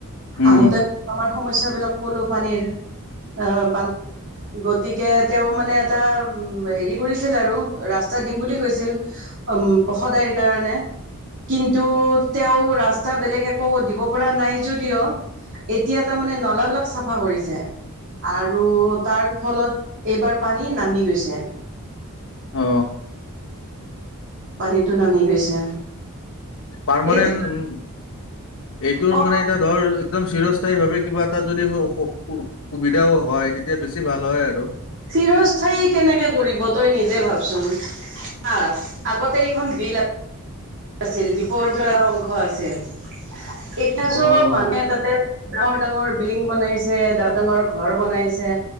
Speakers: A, on the left; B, on the right.
A: উম,
B: আহোতে আমাৰ সমস্যাবিলাক কলো পানীৰ। অ বান গতি কে তেওঁ মানে এটা উম হেৰি কৰিছিল আৰু ৰাস্তা দিম বুলি কৈছিল। অম সদায়ৰ কাৰণে। কিন্তু তেওঁ ৰাস্তা বেলেগ একো দিব পৰা নাই যদিও এতিয়া তামানে নলাবিলাক চাফা কৰিছে। আৰু তাৰ ফলত এইবাৰ পানী নামি গৈছে।
A: অ।
B: পানীটো নামি গৈছে।
A: পাৰমানেণ্ট
B: এতিয়া
A: উম এইটোৰ
B: অ
A: মানে এটা ধৰ একদম চিৰস্থায়ী ভাৱে কিবা এটা যদি হয় উ স সু সুবিধাও হয় তেতিয়া বেছি ভাল হয় আৰু।
B: চিৰস্থায়ী কেনেকে কৰিব তই নিজে ভাবচোন। চা আগতে এইখন বিল আ আছিল দিপৰবিলৰ এটা অংশ আছিল, এতিয়া চব
A: অ'।
B: মানুহে তাতে ডাঙৰ-ডাঙৰ বিং বনাইছে ডাঙৰ-ডাঙৰ ঘৰ বনাইছে।